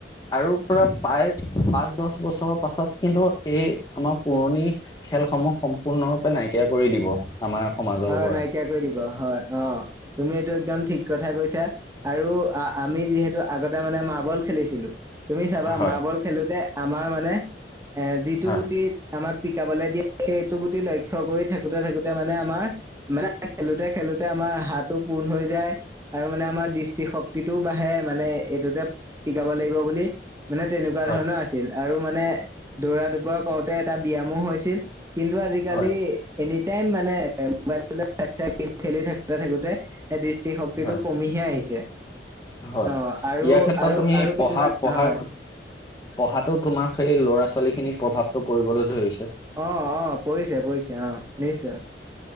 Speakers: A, on the left; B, on the right.
A: আৰু পৰা প্ৰায় পাঁচ দহ বছৰৰ পাছত কিন্তু এই আমাৰ পুৰণি খেলসমূহ সম্পূৰ্ণৰূপে নাইকিয়া কৰি দিব, আমাৰ সমাজৰ
B: অ
A: পৰা
B: নাইকিয়া কৰি দিব হয় অ তুমি এইটো একদম ঠিক কথা কৈছা। আৰু আমি যিহেতু আগতে মানে মাৰ্বল খেলিছিলো। তুমি চাবা
A: হয়
B: মাৰ্বল খেলোতে আমাৰ মানে এ যিটো
A: হয়
B: গুটি আমাক টিকাবলৈ দিয়ে সেইটো গুটি লক্ষয় কৰি থাকোতে থাকোতে মানে আমাৰ মানে খেলোতে খেলোতে আমাৰ হাঁতো পুণ হৈ যায় আৰু মানে আমাৰ দৃষ্টি শক্তিটোও বাঢ়ে মানে এইটোতে টিকাব লাগিব বুলি মানে তেনেকুৱা
A: হয়
B: ধৰণৰ আছিল আৰু মানে দৌৰা দুপৰা কৰওঁতে এটা ব্যায়ামো হৈছিল কিন্তু আজিকালি
A: হয়
B: এনিটাইম মানে মোবাইল গেম খেলি থাকোতে থাকোতে দৃষ্টি শক্তিটো
A: হয়
B: কমিহে আহিছে
A: হয়
B: অ আৰু
A: ইয়াৰ ক্ষেত্ৰত
B: আৰু
A: তুমি
B: আৰু কিছুমান
A: পঢ়া পঢ়াৰ
B: হয়
A: পঢ়াতো তোমাৰ সেই ল'ৰা ছোৱালী খিনি প্ৰভাৱটো পৰিবলৈ ধৰিছে
B: অ অ পৰিছে পৰিছে অ নিশ্চয়